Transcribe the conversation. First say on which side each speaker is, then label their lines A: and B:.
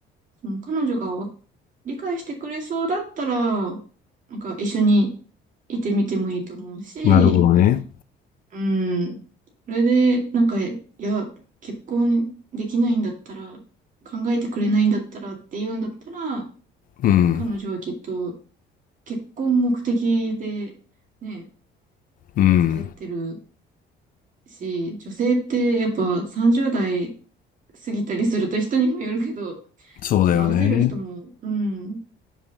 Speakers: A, on the right; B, on the left.
A: その彼女がわ理解してくれそうだったら、なんか一緒にいてみてもいいと思うし、
B: う。なるほどね。
A: うん。それで、なんか、いや、結婚できないんだったら、考えてくれないんだったらって言うんだったら、
B: うん。
A: 彼女はきっと結婚目的でね、
B: うん。
A: 付き合ってるし、女性ってやっぱ30代過ぎたりすると人にもよるけど、
B: そうだよね。
A: ちょっと焦る人も、うん、